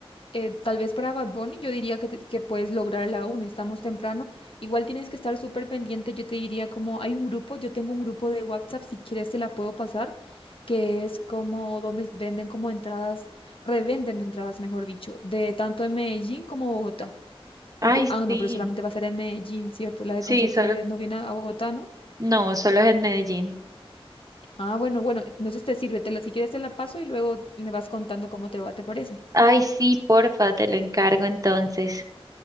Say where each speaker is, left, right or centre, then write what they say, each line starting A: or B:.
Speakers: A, on the left; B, on the right.
A: eh, tal vez para Bad Bunny, yo diría que, te- que puedes lograrla aún, estamos temprano. Igual tienes que estar súper pendiente, yo te diría como hay un grupo, yo tengo un grupo de WhatsApp, si quieres te la puedo pasar, que es como donde venden como entradas, revenden entradas, mejor dicho, de tanto en Medellín como Bogotá. Porque,
B: Ay,
A: ah,
B: sí,
A: no, pero solamente va a ser en Medellín, ¿cierto? La del
B: sí,
A: concierto
B: solo,
A: de, no viene a Bogotá, ¿no?
B: no, solo es en Medellín.
A: Ah, bueno, bueno, entonces te sirve, te la- si quieres te la paso y luego me vas contando cómo te va, ¿te parece?
B: Ay, sí, porfa, te lo encargo entonces.